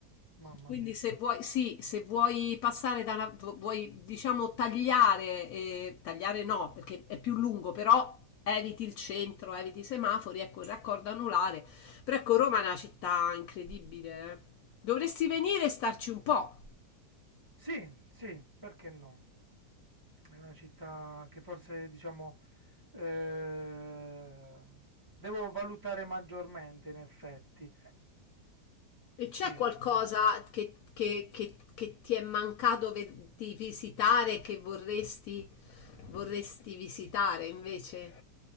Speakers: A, on the right (about 15°); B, on the left (about 70°).
A: mamma
B: Quindi
A: mia.
B: se vuoi, sì, se vuoi passare da una, vu- vuoi diciamo tagliare, eh, tagliare no, perché è più lungo, però eviti il centro, eviti i semafori, ecco il raccordo anulare. Però ecco, Roma è una città incredibile. eh. Dovresti venire e starci un po'.
A: Sì, sì, perché no? È una città che forse, diciamo, eh, devo valutare maggiormente, in effetti.
B: E c'è
A: Sì,
B: qualcosa
A: sì.
B: che, che- che- che ti è mancato ve- di visitare che vorresti, vorresti visitare invece?